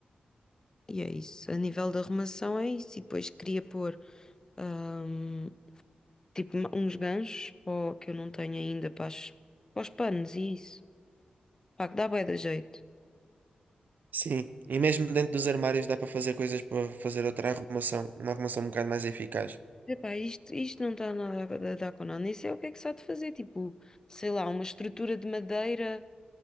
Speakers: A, on the left; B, on the right.
A: e é isso. A nível da arrumação é isso. E depois queria pôr ahm, tipo ma- uns ganchos pó, que eu não tenho ainda para, as- para os panos e isso. Pá, que dá bué da jeito.
B: Sim, e mesmo dentro dos armários dá para fazer coisas para fazer outra arrumação, uma arrumação um bocado mais eficaz.
A: Epá, isto, isto não está nada a dar com nada. Nem sei o que é que se há de fazer. Tipo, sei lá, uma estrutura de madeira.